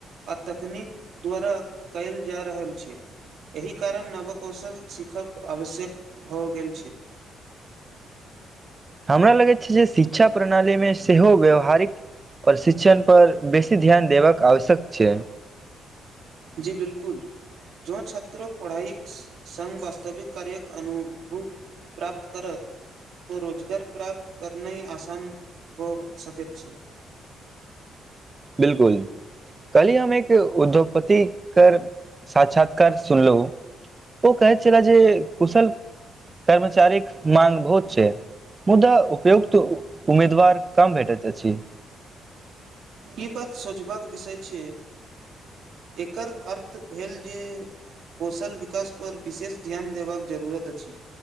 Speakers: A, on the right; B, on the right.
A: आ तकनीक द्वारा कयल जा रहल छै, एहि कारण नव कौशल सीखब आवश्यक भऽ गेल छै।
B: हमरा लगै छै जे शिक्षा प्रणाली मे सेहो व्यावहारिक प्रशिक्षण पर बेसी ध्यान देबाक आवश्यक छै।
A: जी बिलकुल जो छात्र पढ़ाई स संग वास्तविक कार्यक अनुभूव प्राप्त करत तो रोजगार प्राप्त करने आसान भ सकैत छै।
B: बिलकुल कलहि हम एक उद्योगपति कर साक्षात्कार सुनलौ ओ कहैत छला जे कुशल कर्मचारीक माँग बहुत छै, मुदा उपयुक्त उम्मीदवार कम भेटैत अछि।
A: इ बात सोचबाक विषय छै, एकर अर्थ भेल जे कौशल विकास पर विशेष ध्यान देबाक जरूरत अछि।